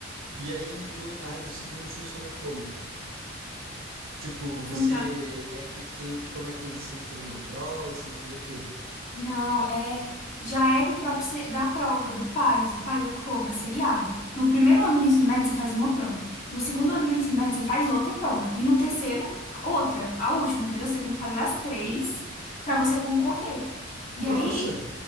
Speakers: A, on the right (about 85°); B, on the left (about 35°).
A: E aí, no, a do segundo funciona como? Tipo,
B: Funciona.
A: você é que, quem, como é quem? Você tem que fazer uma prova, você tem que fazer o quê?
B: Não, é já é do próprio se- da prova do PAS. O PAS é como? É seriado. No primeiro ano do ensino médio você faz uma prova. No segundo ano do ensino médio você faz outra prova e no terceiro outra, a última, entendeu? Você tem que fazer as três pra você concorrer. E
A: Nossa,
B: aí